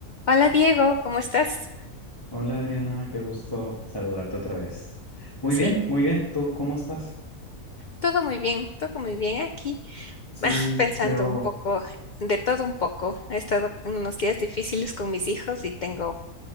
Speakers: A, on the left (about 80°); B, on the left (about 15°).
A: Hola Diego, ¿cómo estás?
B: Hola Adriana, qué gusto saludarte otra vez. Muy
A: Sí,
B: bien, muy bien. ¿Tú cómo estás?
A: todo muy bien, todo muy bien aquí.
B: Sí,
A: Ah, Pensando
B: yo,
A: un poco, de todo un poco. He estado en unos días difíciles con mis hijos y tengo